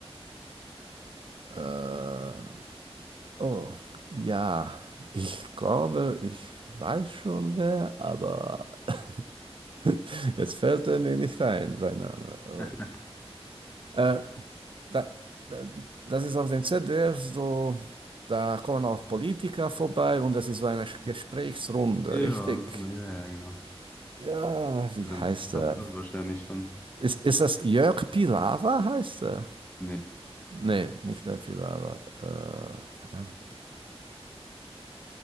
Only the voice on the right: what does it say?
Äh, Oh, ja, ich glaube, ich weiß schon wer, aber <laughs> jetzt fällt er mir nicht ein, sein Name. Oh.
Äh, da, da, das ist auf dem ZDF so, da kommen auch Politiker vorbei und das ist so eine Sch- Gesprächsrunde,
richtig?
Ja, wie
heißt
er?
Ist, ist das Jörg Pilawa, heißt er?
Nee, nicht der Pilawa. Äh, verdammt.